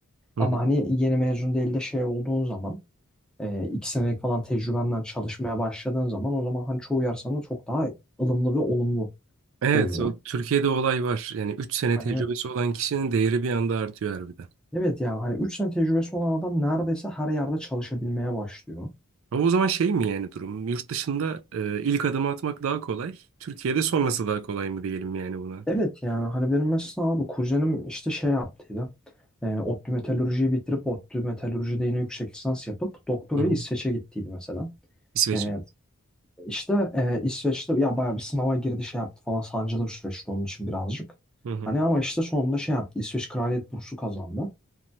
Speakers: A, on the right; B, in the centre.
A: Hı
B: Ama
A: hı.
B: hani yeni mezun değil de şey olduğun zaman e, iki senelik falan tecrübenden çalışmaya başladığın zaman o zaman hani çoğu yer sana çok daha ılımlı ve olumlu
A: Evet,
B: dönüyor.
A: o Türkiye'de olay var. Yani 3 sene
B: Hani
A: tecrübesi olan kişinin değeri bir anda artıyor harbiden.
B: evet ya hani 3 sene tecrübesi olan adam neredeyse her yerde çalışabilmeye başlıyor.
A: Ama o zaman şey mi yani durum? Yurt dışında e, ilk adımı atmak daha kolay. Türkiye'de sonrası daha kolay mı diyelim yani buna?
B: Evet yani hani benim mesela abi kuzenim işte şey yaptıydı. E, ODTÜ metalürjiyi bitirip ODTÜ metalürjide yine yüksek lisans yapıp doktorayı
A: Hı hı.
B: İsveç'e gittiydi mesela.
A: İsveç'e.
B: E, işte e, İsveç'te ya bayağı bir sınava girdi şey yaptı falan sancılı bir süreçti onun için birazcık.
A: Hı hı.
B: Hani ama işte sonunda şey yaptı İsveç Kraliyet Bursu kazandı.